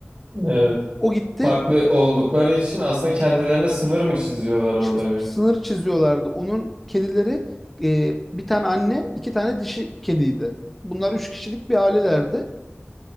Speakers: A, on the right; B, in the centre.
A: Evet.
B: O gitti
A: Farklı oldukları için aslında kendilerine sınır mı çiziyorlar orada
B: ç-
A: bir?
B: sınır çiziyorlardı. Onun kedileri e, bir tane anne, iki tane dişi kediydi. Bunlar üç kişilik bir ailelerdi.